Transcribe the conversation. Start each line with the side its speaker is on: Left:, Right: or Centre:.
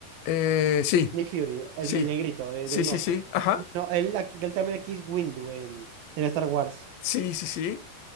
Left: Eh, sí,
Right: Nick Fury, el,
Left: sí,
Right: el negrito de,
Left: sí,
Right: de un
Left: sí,
Right: ojo.
Left: sí, ajá,
Right: Bueno, él, aquí- él también aquí es Windu en, en Star Wars.
Left: sí, sí, sí.